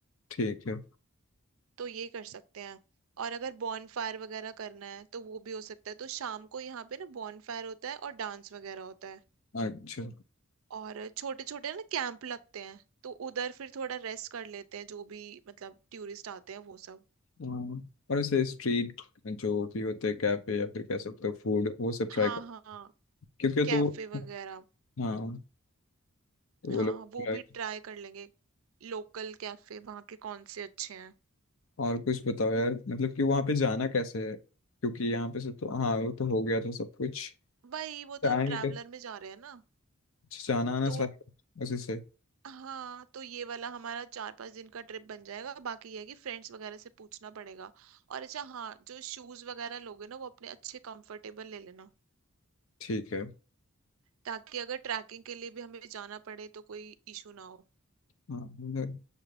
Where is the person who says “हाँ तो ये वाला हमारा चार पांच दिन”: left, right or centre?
Right